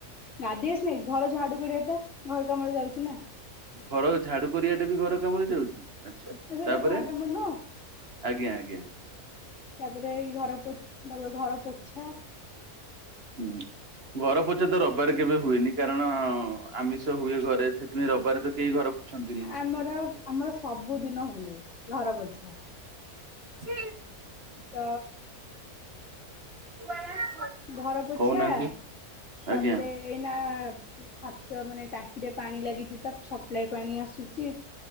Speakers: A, on the left (about 50°); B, on the right (about 45°).
A: ଗାଧେଇ ଆସି ନାଇଁ, ଘର ଝାଡୁ କରିବାଟା ଘର କାମରେ ଯାଉଚି ନା।
B: ଘର ଝାଡୁ କରିବା ଟା ବି ଘର କାମରେ ଯାଉଚି? ଆଚ୍ଛା,
A: ଆଉ ସେଇଟା
B: ତାପରେ
A: ଘର କାମ ନୁହଁ
B: ଆଜ୍ଞା ଆଜ୍ଞା।
A: ତାପରେ ଘର ପୋ ତାପରେ ଘର ପୋଛା।
B: ହଁ। ଘର ପୋଛା ତ ରବିବାର କେବେ ହୁଏନି, କାରଣ ଆମିଷ ହୁଏ ଘରେ ସେଥିପାଇଁ ରବିବାର ତ କେହି ଘର ପୋଛନ୍ତିନି।
A: ଆମର ଆମର ସବୁଦିନ ହୁଏ ଘର ପୋଛା।
B: ସେ
A: ତ
B: <inaudible>
A: ଘର ପୋଛା
B: କହୁନାହାନ୍ତି
A: ତାପରେ
B: ଆଜ୍ଞା।
A: ଏଇନା ହାତ ମାନେ ଟାଙ୍କିରେ ପାଣି ଲାଗିଚି ତ ସପ୍ଲାଏ ପାଣି ଆସୁଚି।